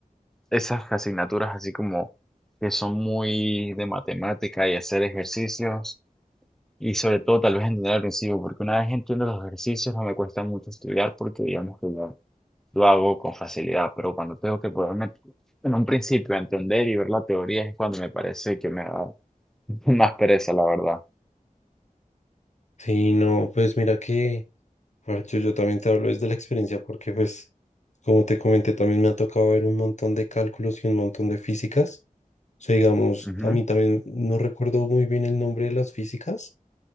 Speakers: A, in the centre; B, on the left (about 55°).
A: esas asignaturas así como que son muy de matemática y hacer ejercicios, y sobre todo tal vez entender al principio, porque una vez entiendo los ejercicios no me cuesta mucho estudiar porque digamos que lo, lo hago con facilidad, pero cuando tengo que ponerme en un principio a entender y ver la teoría es cuando me parece que me da <laughs> más pereza, la verdad.
B: Sí, no, pues mira que... Parcho, yo también te hablo desde la experiencia porque, pues, como te comenté, también me ha tocado ver un montón de cálculos y un montón de físicas. O sea, digamos,
A: Ujú.
B: a mí también no recuerdo muy bien el nombre de las físicas